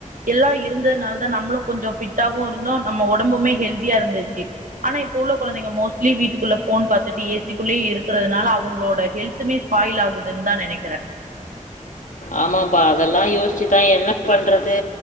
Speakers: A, on the right (about 75°); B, on the left (about 70°).
A: எல்லாம் இருந்ததுனால தான் நம்மளும் கொஞ்சம் ஃபிட்டாவும் இருந்தோம் நம்ம உடம்புமே ஹெல்தியா இருந்துச்சு ஆனா இப்போ உள்ள குழந்தைங்க மோஸ்ட்லி வீட்டுக்குள்ள போன் பார்த்துட்டு ஏசிக்குள்ளேயே இருக்கிறதுனால அவங்களோட ஹெல்த்துமே ஸ்பாயில் ஆகுதுன்னுதா நினைக்கிறே
B: ஆமாப்பா அதெல்லாம் யோசிச்சுதான் என்ன பண்றது